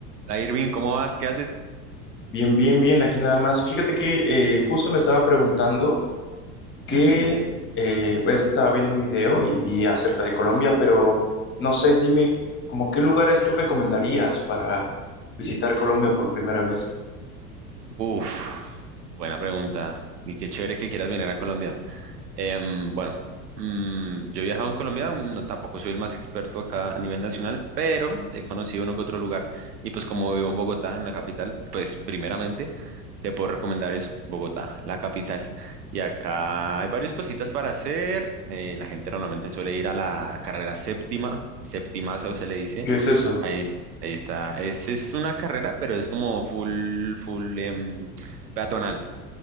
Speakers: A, on the right; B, on the left.
A: Hola Irving, ¿cómo vas? ¿Qué haces?
B: Bien, bien, bien, aquí nada más. Fíjate que eh, justo me estaba preguntando que,
A: Ujú.
B: eh, bueno, es que estaba viendo un video y vi acerca de Colombia, pero no sé, dime, como qué lugares tú recomendarías para visitar Colombia por primera vez?
A: Uf, buena pregunta. Y qué chévere que quieras venir a Colombia. Em, bueno, mm, yo he viajado en Colombia, mm, no, tampoco soy el más experto acá a nivel nacional, pero he conocido uno que otro lugar. Y pues como vivo en Bogotá, en la capital, pues primeramente te puedo recomendar eso, Bogotá, la capital. Y acá hay varias cositas para hacer. eh, la gente normalmente suele ir a la carrera séptima, el septimazo se le dice.
B: ¿Qué es eso?
A: Ahí, es- ahí está. Es, es una carrera, pero es como full, full em, peatonal.